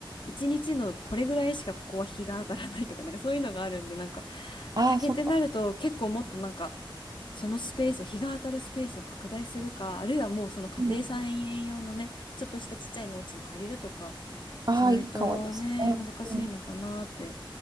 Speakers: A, on the left; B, on the right.
A: 一日のこれぐらいしかここは日が当たらないとか、なんかそういうのがあるんで、なんか、畑ってなると結構もっとなんか、
B: ああ、そっか。
A: そのスペースを、日が当たるスペースを拡大するか、あるいはもうその家庭菜園用のね、
B: うん。
A: ちょっとしたちっちゃい農地を借りるとか、
B: ああ、
A: しないとね、
B: いいかもですね。
A: 難しいのかなって
B: うん。